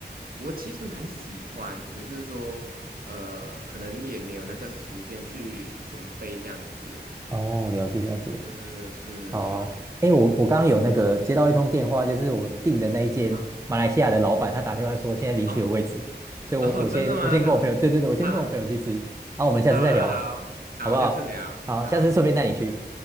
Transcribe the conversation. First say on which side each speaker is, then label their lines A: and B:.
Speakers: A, on the right (about 55°); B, on the right (about 15°).
A: 我其实蛮喜欢，只是说，呃，可能也没有那个时间去准备这样子。
B: 哦，了解了解。
A: 是是，
B: 好啊，哎，我我刚刚有那个接到一通电话，就是我订的那一间马来西亚的老板，
A: 好
B: 他打电话说现在临时有位置，
A: 哦 <laughs>
B: 所以我我先我先跟我朋友，
A: 哦，真的吗？好，
B: 对对对，我先跟我朋友去吃，
A: 好，
B: 然后我们下次再聊，
A: 好，好，好，好，
B: 好不好？
A: 下次聊，
B: 好，
A: 好，
B: 下次顺便带你去，